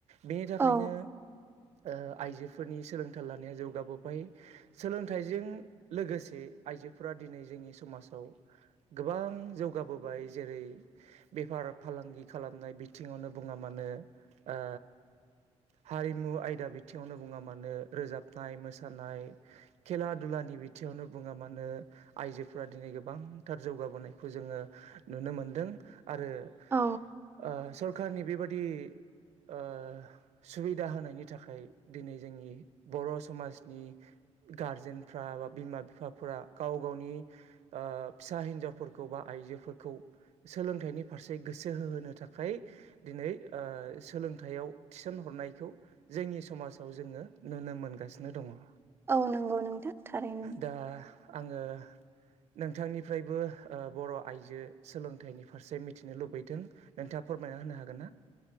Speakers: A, on the right; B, on the right.
A: बिनि थाखायनो
B: औ
A: ओ आइजोफोरनि सोलोंथाइ लानाया जौगाबोबोबाय सोलोंथाइजों लोगोसे आइ आइजोफोरा दिनै जोंनि समाजाव गोबां जौगाबोबाय जेरै बेफार फालांगि खालामनाय बिथिङावनो बुङा मानो ओ हारिमु आयदा बिथिङावनो बुङा मानो, रोजाबनाय मोसानाय, खेला दुलानि बिथियावनो बुङा मानो आइजोफोरा दिनै गोबांथार जौगाबोनायखौ जोङो नुनो मोनदों। आरो ओ
B: औ
A: सरखारारनि बेबादि ओ सुबिदा होनायनि थाखाय दिनै जोंनि बर' समाजनि गारजेनफ्रा बा बिमा बिफाफोरा गाव गावनि ओ फिसा हिन्जावफोरखौ बा आइजोफोरखौ सोलोंथाइनि फारसे गोसो होहोनो थाखाय दिनै ओ सोलोंथाइयाव थिसन हरनायखौ जोंनि समाजाव जोङो नुनो मोन मोनगासि दङ'ओ
B: औ नंगौ नोंथां थारैनो
A: दा आङो नोंथांनिफ्रायबो ओ बर' आइजो सोलोंथाइनि फारसे मिथिनो लुबैदों नोंथां फोरमायना होनो हागोन ना?